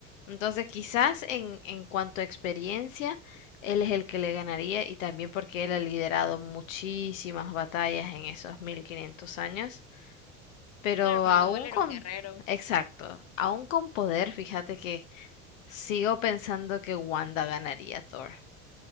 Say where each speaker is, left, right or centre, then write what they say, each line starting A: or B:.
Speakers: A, on the left; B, on the left.
A: Entonces, quizás en, en cuanto a experiencia, él es el que le ganaría y también porque él ha liderado muchísimas batallas en esos 1500 años. Pero
B: Claro, porque
A: aún
B: como él era
A: con,
B: un guerrero.
A: exacto, aún con poder, fíjate que sigo pensando que Wanda ganaría a Thor.